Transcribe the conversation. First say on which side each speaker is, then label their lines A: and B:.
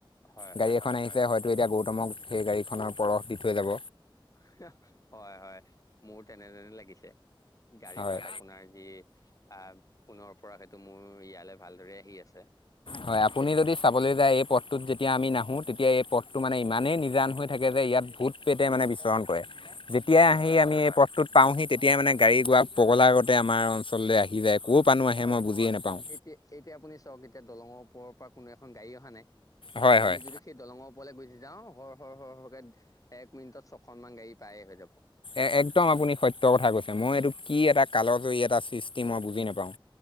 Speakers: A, on the left; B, on the left.
A: হয়
B: গাড়ী
A: হয়
B: এখন আহিছে হয় তো এতিয়া গৌতমক সেই গাড়ীখনৰ পৰশ দি থৈ যাব।
A: অহ ' হয়, হয় মোৰ তেনে - যেনে লাগিছে, গাড়ী
B: হয়
A: মাত আপোনাৰ যি আহ, ফোনৰ পৰা সেইটো মোৰ ইয়ালৈ ভালদৰে আহি আছে।
B: হয় আপুনি যদি চাবলৈ যায়, এই পথটোত যেতিয়া আমি নাহো তেতিয়া এই পথটো মানে ইমানেই নিজান হৈ থাকে যে ইয়াত ভূত-প্ৰেতে মানে বিচৰণ কৰে। যেতিয়াই
A: হয়
B: আহি
A: হয়
B: আমি এই পথটোত পাওঁহি তেতিয়াই মানে গাড়ী- গোৰা পগলা আগতে আমাৰ অঞ্চললৈ আহি যায়। ক'ৰ পানো আহে
A: কয়
B: মই বুজিয়ে নাপাওঁ
A: এতিয়া - এতিয়া আপুনি চাওক, এতিয়া দলঙৰ ওপৰৰ পৰা কোনো এখন গাড়ী অহা নাই
B: হয় হয়
A: আমি যদি সেই দলঙৰ ওপৰলৈ গুচি যাওঁ হৰ, হৰ, হৰ, হৰকে এক মিনিটত ছখনমান গাড়ী পায়ে হৈ যাব।
B: এ-একদম আপুনি সত্য কথা কৈছে। মই এইটো কি এটা কালজৰি এটা সৃষ্টি মই বুজি নাপাওঁ।